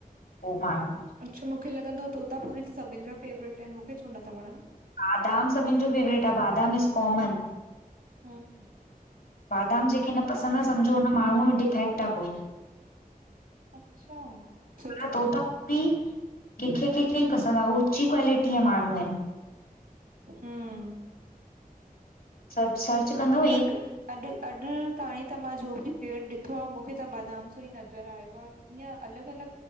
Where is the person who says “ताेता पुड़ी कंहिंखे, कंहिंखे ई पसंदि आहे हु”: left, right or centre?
Left